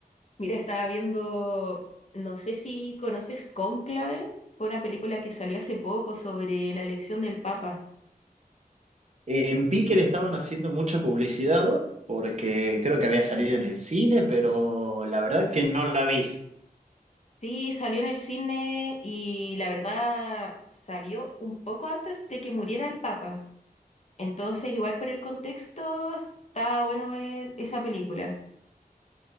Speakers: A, on the left (about 45°); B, on the right (about 45°).
A: Mira, estaba viendo, no sé si conoces Cónclave, fue una película que salió hace poco sobre la elección del Papa.
B: Eh, En Pique le estaban haciendo mucha publicidad porque creo que había salido en el cine, pero la verdad que no la vi.
A: Sí, salió en el cine y la verdad salió un poco antes de que muriera el Papa. Entonces, igual por el contexto, está bueno ver esa película.